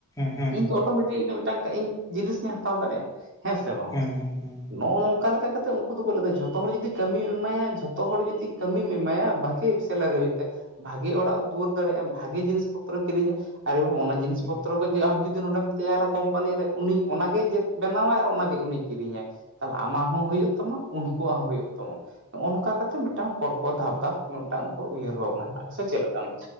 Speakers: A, on the left; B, on the right.
A: ᱦᱮᱸ ᱦᱮᱸ ᱦᱮᱸ
B: ᱤᱧ ᱛᱚ ᱚᱴᱳᱢᱮᱴᱤᱠ ᱢᱤᱫᱴᱟᱝ ᱤᱧ ᱡᱤᱱᱤᱥ ᱤᱧ ᱦᱟᱛᱟᱣ ᱫᱟᱲᱮᱭᱟᱜ-ᱟ ᱦᱮᱸ ᱥᱮ ᱵᱟᱝ?
A: ᱦᱮᱸ ᱦᱮᱸ ᱦᱮᱸ ᱦᱮᱸ
B: ᱱᱚᱜ-ᱚ ᱱᱚᱝᱠᱟ ᱞᱮᱠᱟ ᱠᱟᱛᱮ ᱩᱱᱠᱩ ᱫᱚᱠᱚ ᱞᱟᱹᱭᱟ ᱫᱟ ᱡᱷᱚᱛᱚ ᱦᱚᱲ ᱡᱩᱫᱤ ᱠᱟᱹᱢᱤᱢ ᱮᱢᱟᱭᱟ ᱡᱷᱚᱛᱚ ᱦᱚᱲ ᱡᱩᱫᱤ ᱠᱟᱹᱢᱤᱢ ᱮᱢᱟᱭᱟ ᱵᱷᱟᱜᱤᱼ ᱥᱮᱞᱟᱨᱤ ᱦᱩᱭᱩᱜ ᱛᱟᱭ ᱵᱷᱟᱜᱮᱹ ᱚᱲᱟᱜ ᱫᱩᱣᱟᱹᱨ ᱫᱟᱲᱮᱭᱟᱜᱼᱟ, ᱵᱷᱟᱜᱤ ᱡᱤᱱᱤᱥ ᱯᱚᱛᱨᱚ ᱠᱤᱨᱤᱧᱟ ᱟᱨᱮᱹᱵᱟᱵ ᱚᱱᱟ ᱡᱤᱱᱤᱥ
A: ᱦᱮᱸ
B: ᱯᱚᱛᱨᱚ ᱱᱚᱜ-ᱚᱭ ᱡᱮᱹ ᱟᱢ ᱡᱩᱫᱤ ᱱᱚᱰᱮᱢ ᱛᱮᱭᱟᱨᱟ ᱠᱳᱢᱯᱟᱱᱤ ᱨᱮ ᱩᱱᱤ ᱚᱱᱟᱜᱮ ᱡᱮ ᱵᱮᱱᱟᱣᱟᱭ ᱟᱨ ᱚᱱᱟᱜᱮ ᱩᱱᱤ ᱠᱤᱨᱤᱧᱟᱭ᱾ ᱛᱟᱦᱞᱮ ᱟᱢᱟᱜ ᱦᱚᱸ ᱦᱩᱭᱩᱜ ᱛᱟᱢᱟ ᱩᱱᱠᱩᱣᱟᱜ ᱦᱚᱸ ᱦᱩᱭᱩᱜ ᱛᱟᱢᱟ, ᱱᱚᱜᱼᱚ ᱱᱚᱝᱠᱟ ᱠᱟᱛᱮᱜ ᱢᱤᱫᱴᱟᱝ ᱯᱚᱨ ᱯᱚᱨ ᱫᱷᱟᱯ ᱫᱷᱟᱯᱼ ᱢᱤᱫᱴᱟᱝ ᱩᱝᱠᱩ ᱩᱭᱦᱟᱹᱨ ᱵᱷᱟᱵᱽᱱᱟ ᱦᱮᱱᱟᱜ ᱥᱮ ᱪᱮᱫᱞᱮᱠᱟᱱ?